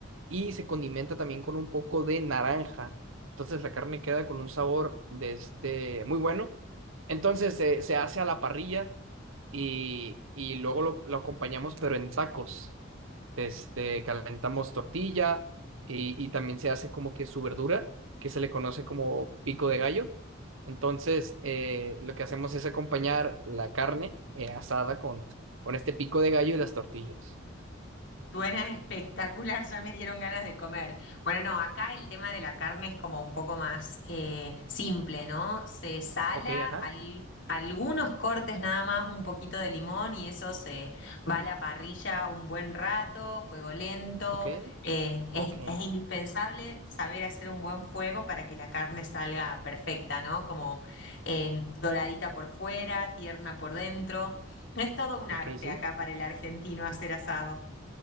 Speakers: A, on the right; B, on the left.
A: y se condimenta también con un poco de naranja. Entonces la carne queda con un sabor de este muy bueno. Entonces se, se hace a la parrilla y, y luego lo, lo acompañamos, pero en tacos. Este, calentamos tortilla y, y también se hace como que su verdura, que se le conoce como pico de gallo. Entonces, eh, lo que hacemos es acompañar la carne eh, asada con, con este pico de gallo y las tortillas.
B: Suena espectacular, ya me dieron ganas de comer. Bueno, no, acá el tema de la carne es como un poco más eh, simple, ¿no? Se sala
A: Ok, ajá.
B: al- algunos cortes nada más, un poquito de limón y eso se va a la parrilla un buen rato, fuego lento.
A: Ok,
B: Eh, es,
A: ok,
B: es indispensable saber hacer un buen fuego para que la carne salga perfecta, ¿no? Como eh, doradita por fuera, tierna por dentro. Es todo un
A: ok,
B: arte
A: sí.
B: acá para el argentino hacer asado.